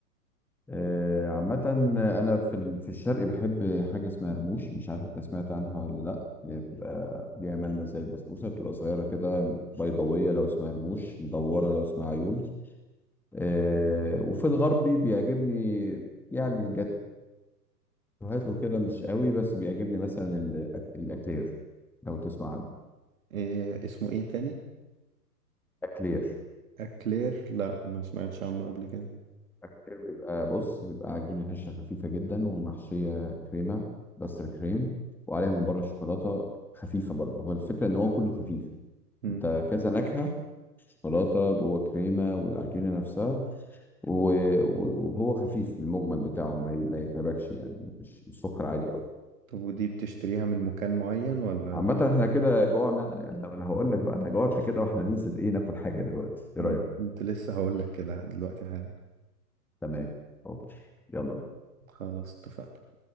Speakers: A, in the centre; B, on the right.
A: آه، عامة أنا في ال- في الشرق بحب حاجة اسمها رموش مش عارف أنت سمعت عنها ولا لأ هي بتبقى ليها ملمس زي البسبوسة بتبقى صغيرة كده بيضاوية لو اسمها رموش مدورة لو اسمها عيون آه، وفي الغربي بيعجبني يعني الجاتوهات وكده مش قوي بس بيعجبني مثلا الأك- الأكلير لو تسمع عنه
B: إيه اسمه ايه تاني
A: اكلير
B: اكلير لا ما سمعتش عنه قبل كده
A: اكلير بيبقى بص بيبقى عجينه هشه خفيفه جدا ومحشيه كريمه بس كريم وعليها من بره شوكولاته خفيفه برضه هو الفكره ان هو كله خفيف
B: مم.
A: انت كذا نكهه شوكولاته جوه كريمه والعجينه نفسها و- و- وهو خفيف في المجمل بتاعه ما ي- ما يتعبكش يعني مش مش سكر عالي قوي
B: طب ودي بتشتريها من مكان معين ولا
A: عامة احنا كده جوعنا يعني طب انا هقول لك بقى انا جوعت كده واحنا ننزل ايه ناكل حاجة دلوقتي
B: ما
A: ايه رأيك؟
B: انا كنت لسه هقول لك كده دلوقتي حالا
A: تمام اوكي يلا
B: خلاص اتفقنا